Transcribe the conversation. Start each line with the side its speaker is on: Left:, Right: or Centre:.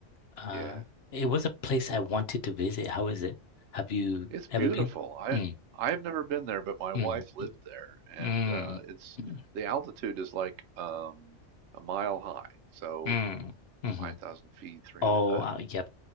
Left: Uh,
Right: Yeah,
Left: it was a place
Right: it
Left: I wanted to visit. How is it? Have you
Right: it's beautiful.
Left: ever been?
Right: I
Left: Mm,
Right: I've never been there, but my
Left: mm,
Right: wife lived there, and
Left: mm,
Right: uh, it's
Left: mm,
Right: the altitude is like um, a mile high, so
Left: mm, mhm.
Right: 5,000 feet, 300.
Left: Oh, uh, yep.